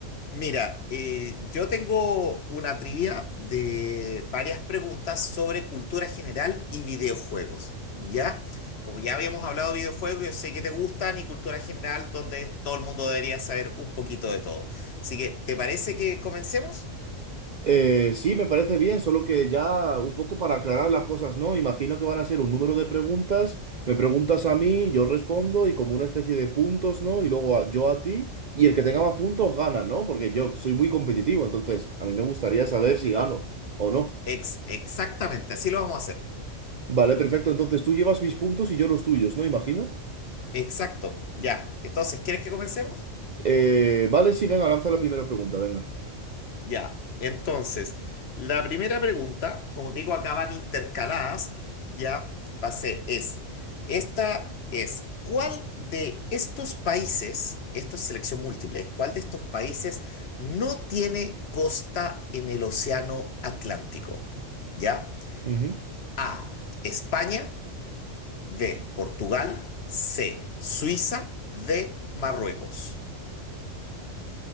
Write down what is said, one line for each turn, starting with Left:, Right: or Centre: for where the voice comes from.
Left: Mira, eh, yo tengo una trivia de varias preguntas sobre cultura general y videojuegos, ¿ya? Como ya habíamos hablado de videojuegos, yo sé que te gustan y cultura general, donde todo el mundo debería saber un poquito de todo. Así que, ¿te parece que comencemos?
Right: Eh, sí, me parece bien, solo que ya un poco para aclarar las cosas, ¿no? Imagino que van a ser un número de preguntas, me preguntas a mí, yo respondo y como una especie de puntos, ¿no? Y luego a- yo a ti, y el que tenga más puntos gana, ¿no? Porque yo soy muy competitivo, entonces a mí me gustaría saber si gano o no.
Left: Ex- exactamente, así lo vamos a hacer.
Right: Vale, perfecto, entonces tú llevas mis puntos y yo los tuyos, ¿no? Imagino.
Left: Exacto, ya. Entonces, ¿quieres que comencemos?
Right: Eh, vale, sí, venga, lanza la primera pregunta, venga.
Left: Ya, entonces, la primera pregunta, como te digo, acá van intercaladas, ya va a ser, es, esta es, ¿cuál de estos países, esto es selección múltiple, cuál de estos países no tiene costa en el Océano Atlántico? ¿Ya?
Right: Ujú.
Left: A, España, B, Portugal, C, Suiza, D, Marruecos.